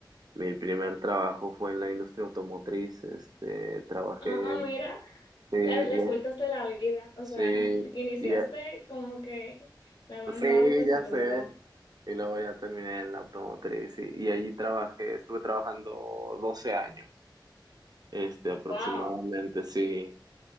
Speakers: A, on the right; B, on the left.
A: mi primer trabajo fue en la industria automotriz. Este, trabajé,
B: Ah, mira,
A: sí, y,
B: la- las vueltas de la vida, o
A: sí,
B: sea, <laughs> iniciaste
A: y,
B: como que lavando
A: Sí,
B: autos
A: ya
B: y luego,
A: sé. Y luego ya terminé en la automotriz y, y allí trabajé, estuve trabajando 12 años, este, aproximadamente,
B: wow.
A: sí,